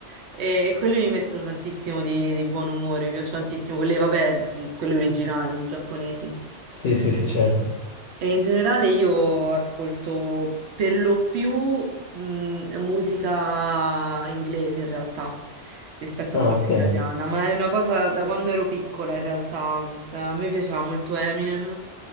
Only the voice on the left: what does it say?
Sì, sì, sì, certo.
Ah,
ok,